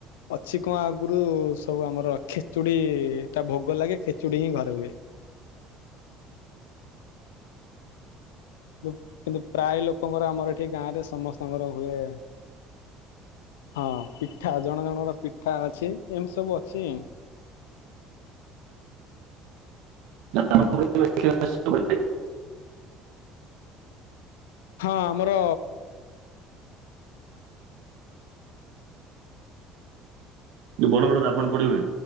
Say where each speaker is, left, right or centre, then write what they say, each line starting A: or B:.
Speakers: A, on the left; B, on the right.
A: ଅଛି କଣ ଆଗୁରୁ ସବୁ ଆମର ଖେଚୁଡ଼ିଟା ଭୋଗ ଲାଗେ, ଖେଚୁଡ଼ି ହିଁ ଘରେ ହୁଏ। କିନ୍ତୁ-କିନ୍ତୁ ପ୍ରାୟ ଲୋକଙ୍କର ଆମର ଏଠି ଗାଁ ରେ ସମସ୍ତଙ୍କର ହୁଏ। ହଁ ପିଠା ଜଣ ଜଣଙ୍କର ପିଠା ଅଛି, ଏମ୍ତି ସବୁ ଅଛି।
B: <inaudible>
A: ହଁ ଆମର
B: ଯୋଉ ବଡ-ବଡ ରାବଣ ପୋଡି ହୁଏ।